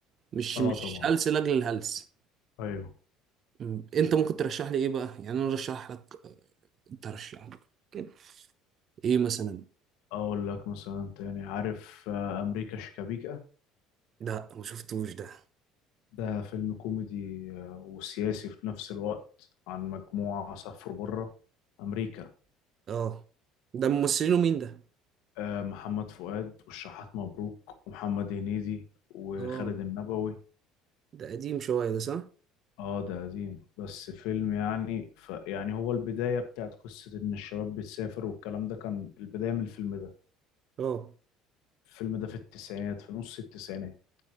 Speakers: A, on the right; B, on the left.
A: مش
B: اه
A: مش
B: طبعا
A: هلس لأجل الهلس
B: ايوه
A: م. انت ممكن ترشح لي ايه بقى يعني انا ارشح لك ترشح لك كده. ايه مثلا
B: اقول لك مثلا تاني عارف آه، امريكا شيكابيكا
A: لا ما شفتوش ده
B: ده فيلم كوميدي آه، وسياسي في نفس الوقت عن مجموعة سافروا بره امريكا
A: اه ده ممثلينه مين ده
B: آه، محمد فؤاد والشحات مبروك ومحمد هنيدي وخالد
A: اه
B: النبوي
A: ده قديم شوية ده صح
B: اه ده قديم بس فيلم يعني ف يعني هو البداية بتاعت قصة ان الشباب بتسافر والكلام ده كان البداية من الفيلم ده
A: اه
B: الفيلم ده في التسعينات في نص التسعينات